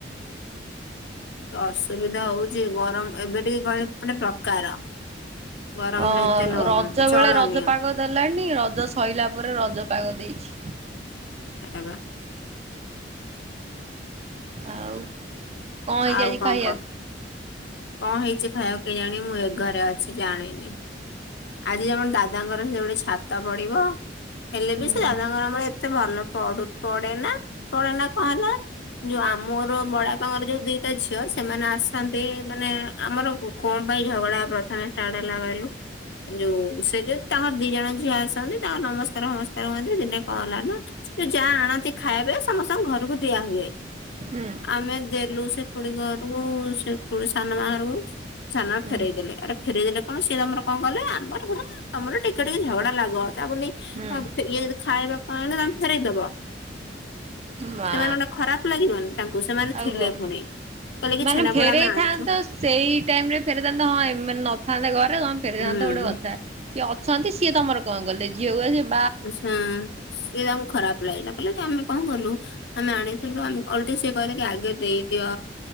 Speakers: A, on the left; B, on the right.
A: ଅସୁବିଧା ହଉଚ ଗରମ ଏବେ ଟିକେ ଗହ ପଟେ ପ୍ରକାର ଗରମରେ
B: ହଁ
A: ଏତେ ନୁହଁ
B: ରଜ
A: ଚଳନୀୟ
B: ବେଳେ ରଜ ପାଗ ଦେଲାଣି ରଜ ସରଲାା ପରେ ରଜ ପାଗ ଦେଇଛି
A: ସେ ବା
B: ଆଉ କଣ ହେଇଛି
A: ଆଉ
B: ଆଜି
A: କଣ
B: ଖାଇବାକୁ
A: କଣ କଣ ହେଇଛି ଖାଇବାକୁ କେ ଜାଣ ମୁଁ ଏ ଘରେ ଅଛି ଜାଣିନି ଆଜି ଜଣ ଦାଦାଙ୍କର ହ ଯୋଉଟେ ଛାତ ପଡିବ ହେଲେ
B: ହୁଁ
A: ବି ସେ ଦାଦାଙ୍କର ଆମର ଏତେ ଭଲ ପଡ ପଡେ ନା ପଡେନା କହ ନା ଯୋଉ ଆମର ବଡାପାଙ୍କର ଦିଟା ଝିଅ ସେମାନେ ଆସନ୍ତି ସେ ମାନେ ଆମର ବୁ କଣ ପାଇଁ ଝଗଡା ପ୍ରଥମେ। ଷ୍ଟାର୍ଟ ହେଲା କହିଲୁ ଯୋଉ ସେ ଯୋଉ ତାଙ୍କର ଦି ଜଣ ଝିଅ ଆସନ୍ତି ତାଙ୍କ ନମସ୍କାର ଫମସ୍କାର ହୁଅନ୍ତି ଦିନେ କଣ ହେଲା ନା ଯୋଉ ଯାହା ଆଣନ୍ତି ଖାଇବେ ସମସ୍ତଙ୍କ ଘରକୁ ଦିଆ ହୁଏ।
B: ହୁଁ
A: ଆମେ ଦେଲୁ। ସେ ଖୁଡି ଙ୍କ ଘରକୁ ସେ ଖୁଡି ସାନ ମା ଘରକୁ। ସାନ ମା
B: ହୁଁ
A: ଫେରଇଦେଲେ ଆରେ ଫେରଇଦଲେ। କଣ ସିଏ ତମର କଣ କଲେ ଆମର ହଁ ତମର ଟିକେ ଟିକେ ଝଗଡା ଲାଗ। ତା ବୋଲି
B: ହୁଁ
A: ଅ ଇଏ ଖାଇବା କଣ ନା। ଫେରେଇଦବ।
B: ମା
A: ସେମାନେ ଗୋଟେ ଖରାପ ଲାଗିବନି ତାଙ୍କୁ ସେମାନେ
B: ଆଉ
A: ଥିଲେ
B: କଣ
A: ପୁଣି। କହିଲେ କି
B: ମାନେ
A: ଛେନାପୋଡ
B: ଫେରେଇଥାନ୍ତ
A: ଆମେ ଆଣିଛୁ
B: ସେଇ ଟାଇମ ରେ ଫେରଥାନ୍ତ ହଁ ଏମାନେ ନଥାନ୍ତା। ତମେ ଫେରିଥାନ୍ତ
A: ହୁଁ
B: ଗୋଟେ କଥା ସିଏ ଅଛନ୍ତି ସିଏ ତମର। କଣ ଗଲେ ଝିଅ କୁ। <unintelligible>
A: ଆଚ୍ଛା ସିଏ ତାଙ୍କୁ ଖରାପ ଲାଗିଲା କହିଲାକି ଆମେ। କଣ କଲୁ ଆମେ ଆଣିଥିଲୁ ଆମ ଓଲଟି ସିଏ କହିଲାକି ଆଗେ ଦେଇଦିଅ